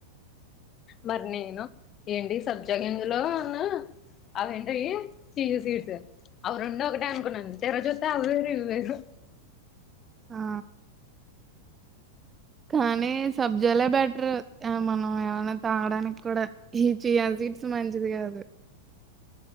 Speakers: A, on the left; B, on the right.
A: మరి నేను ఏంటి సబ్జా గింజలో <unintelligible> అవేంటివి చియా సీడ్స్ అవి రెండు ఒకటే అనుకున్నాను తీర చూత్తే అవి ఇవి వేరు
B: ఆ కానీ సబ్జలే బెటరు ఆ మనం ఏమన్న తాగడానికి కూడా ఈ చియా సీడ్స్ మంచిది కాదు